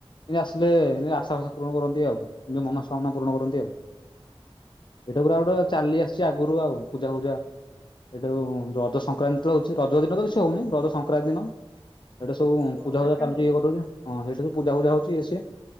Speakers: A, on the left; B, in the centre.
A: ଏମିତି ଆସିଲେ ଏତି ଆଶା ଫାଷା ପୂରଣ କରନ୍ତି ଆଉ ନିଜ ମନସ୍କାମନା ପୂରଣ କରନ୍ତି ଆଉ। ଏଇଟାକୁୁର ଆଉ ଗୋଟେ ଚାଲି ଆସିଛି ଆଗରୁ ଆଉ ପୂଜା ଫୂଜା। ଏଇଟାଉ ରଜ ସଂକ୍ରାନ୍ତିଟା ହଉଛି ରଜ ଦିନ ତ ବି ସେ ହଉନି ରଜ ସଂକ୍ରାନ୍ତି ଦିନ ଏଇଟା ସବୁ
B: ଓହୋ
A: ପୂଜା
B: ସେକେଣ୍ଡ
A: ଫୂଜା ଚାଲୁଛି
B: ଦିନ
A: ଇଏ ହଁ ସେଇଠା ପୂଜା ଫୂଜା ହଉଛି ଏି